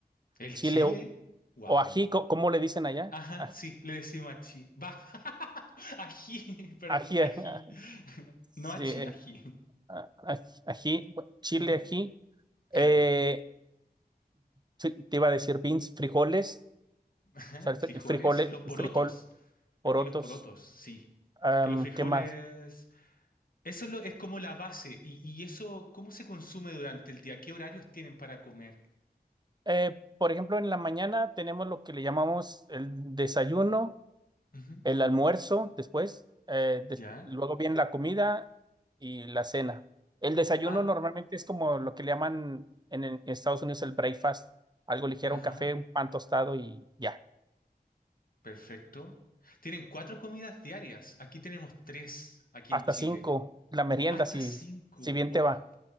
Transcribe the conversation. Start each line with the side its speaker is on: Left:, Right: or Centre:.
Left: ¿El
Right: Chile
Left: chile?
Right: o,
Left: Wow.
Right: o ají, co- ¿cómo le dicen allá?
Left: Ajá,
Right: Aj-
Left: sí, le decimos achi. Va. <laughs> Ají, perdón,
Right: Ají.
Left: ají.
Right: <laughs> ah, Sí,
Left: No achi,
Right: eh,
Left: ají.
Right: ah, aj- ají, chile,
Left: Ujú,
Right: ají.
Left: Claro.
Right: Eh, fri- te iba a decir beans, frijoles.
Left: <laughs>
Right: O sea, el fri-
Left: Frijoles,
Right: el frijole,
Left: los porotos.
Right: el frijol, porotos.
Left: Aquí los porotos, sí.
Right: am,
Left: Que los frijoles.
Right: ¿qué más?
Left: Eso es lo- es como la base. Y, y eso, ¿cómo se consume durante el día? ¿Qué horarios tienen para comer?
Right: Eh, por ejemplo, en la mañana tenemos lo que le llamamos el desayuno,
Left: Ujú,
Right: el almuerzo después, eh, des-
Left: ¿Ya?
Right: luego viene la comida y la cena. El desayuno
Left: Ah,
Right: normalmente es como lo que le llaman en, en Estados Unidos el breakfast, algo ligero,
Left: ajá.
Right: un café, un pan tostado y ya.
Left: Perfecto. Tienen cuatro comidas diarias. Aquí tenemos tres, aquí
Right: Hasta
Left: en Chile.
Right: cinco, la merienda,
Left: Hasta
Right: si,
Left: cinco.
Right: si bien
Left: Wow.
Right: te va. O